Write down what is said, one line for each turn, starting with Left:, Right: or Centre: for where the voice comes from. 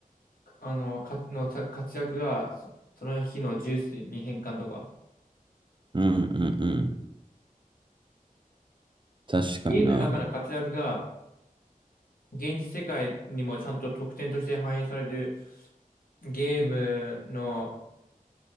Left: あの、か、のちゃ活躍がそ、その日のジュースに変換とか、
Right: うんうんうん。確かにな。
Left: ゲームの中の活躍が現実世界にもちゃんと特典として反映されるゲームの